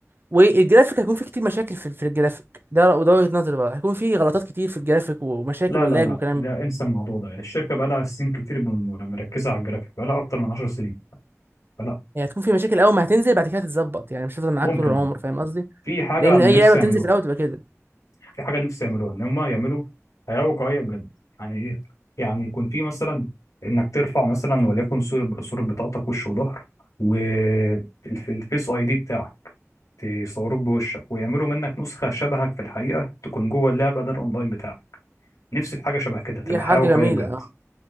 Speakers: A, on the right (about 45°); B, on the left (about 80°).
A: والجرافيك هيكون فيه كتير مشاكل في في الجرافيك ده وده وجهة نظري بقى هيكون فيه غلطات كتير في الجرافيك ومشاكل
B: لا
A: ولاج
B: لا لا
A: وكلام
B: ده انسى الموضوع ده الشركة بقى لها سنين كتير بم- يعني مركزة على الجرافيك بقى لها أكتر من 10 سنين فلا
A: يعني هتكون فيه مشاكل اول ما هتنزل بعد كده هتتظبط يعني مش هتفضل معاك
B: ممكن
A: طول العمر
B: اه
A: فاهم قصدي
B: في حاجة
A: لان
B: أنا
A: اي
B: نفسي
A: لعبة بتنزل
B: يعملوها
A: في الاول تبقى كده
B: في حاجة نفسي يعملوها إن هما يعملوا حياة واقعية بجد يعني إيه يعني يكون في مثلا إنك ترفع مثلا وليكن صورة صورة بطاقتك وش وظهر والفيس أي دي بتاعك تصوروك بوشك ويعملوا منك نسخة شبهك في الحقيقة تكون جوه اللعبة ده الأونلاين بتاعك نفسي في حاجة شبه كده تبقى
A: دي حركة
B: حياة واقعية
A: جميلة
B: بجد
A: اه